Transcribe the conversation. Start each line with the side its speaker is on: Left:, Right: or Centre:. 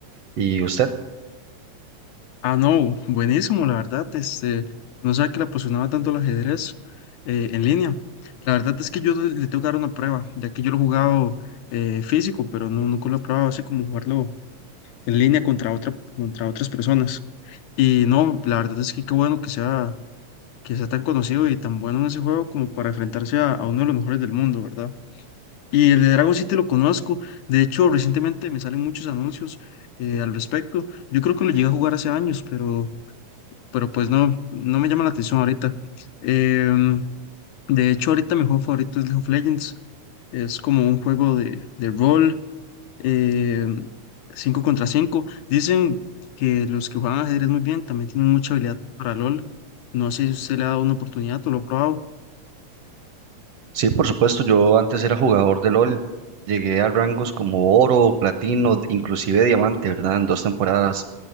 Right: ¿Y usted?
Left: Ah, no, buenísimo, la verdad, este, no sabía que le apasionaba tanto el ajedrez eh, en línea. La verdad es que yo le le tengo que dar una prueba, ya que yo lo he jugado eh, físico, pero no, nunca lo he probado así como jugarlo en línea contra otra, contra otras personas. Y no, la verdad es que qué bueno que sea, que sea tan conocido y tan bueno en ese juego como para enfrentarse a, a uno de los mejores del mundo, ¿verdad? Y el de Dragon City lo conozco. De hecho, recientemente me salen muchos anuncios eh, al respecto. Yo creo que lo llegué a jugar hace años, pero, pero pues no, no me llama la atención ahorita. Em, de hecho, ahorita mi juego favorito es League of Legends. Es como un juego de, de rol eh, 5 contra cinco Dicen que los que juegan ajedrez muy bien también tienen mucha habilidad para LOL. No sé si usted le ha dado una oportunidad o lo ha probado.
Right: Sí, por supuesto, yo antes era jugador de LOL. Llegué a rangos como oro, platino, inclusive diamante, ¿verdad? En dos temporadas.